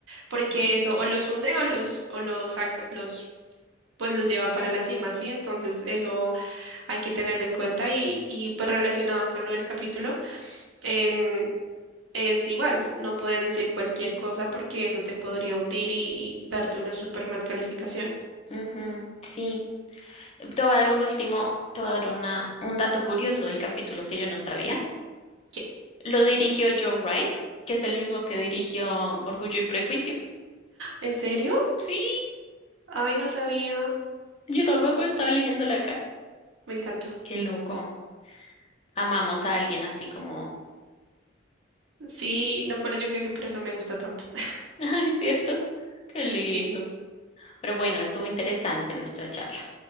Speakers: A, on the right; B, on the left.
A: porque
B: Ujú.
A: eso o los hunde o los, o los saca, los, pues los lleva para la cima, ¿sí? Entonces eso hay que tenerlo en cuenta y, y pues relacionado con lo del capítulo, em, es igual, no puedes decir cualquier cosa porque eso te podría hundir y, y darte una super mal calificación.
B: Ujú, sí. Te voy a dar un último, te voy a dar una, un dato curioso del capítulo que yo no sabía.
A: ¿Qué?
B: Lo dirigió Joe Wright, que es el mismo que dirigió Orgullo y Prejuicio.
A: ¿En serio?
B: Mm, Sí,
A: Ay, no sabía.
B: yo tampoco estaba leyéndola acá.
A: Me encanta.
B: Qué loco. Amamos a alguien así como...
A: Sí, no, pero yo creo que por eso me gusta tanto. <laughs>
B: <laughs> Ay, ¿cierto? Qué lindo.
A: Sí,
B: Pero bueno, estuvo interesante nuestra charla.